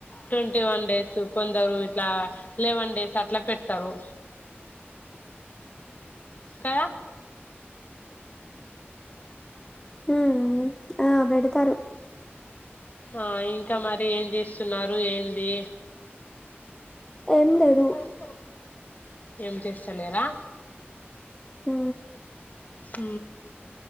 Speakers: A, on the left (about 40°); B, on the left (about 15°).
A: ట్వంటీ వన్ డేస్ కొందరు ఇట్లా లెవెన్ డేస్ అట్లా పెడతారు క
B: హ ఆ పెడతారు
A: ఆ ఇంకా మరి ఏం చేస్తున్నారు ఏంది
B: ఏం లేదు
A: ఓహో ఏం చేస్తలేరా
B: ఆ
A: అ